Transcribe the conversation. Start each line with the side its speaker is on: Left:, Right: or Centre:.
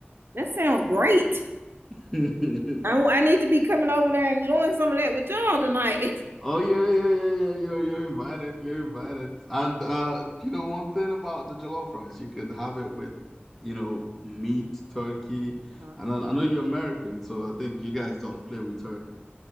Right: That sounds great.
Centre: <laughs>
Right: I, I need to be coming over there and enjoying some of that with y'all tonight. <laughs>
Centre: Oh yeah, yeah, yeah, yeah. You're you're invited. You're invited. And uh, you know one thing about the jollof rice, you could have it with, you know, meat, turkey,
Right: Huh.
Centre: and I, I know you're American, so I think you guys don't play with turkey.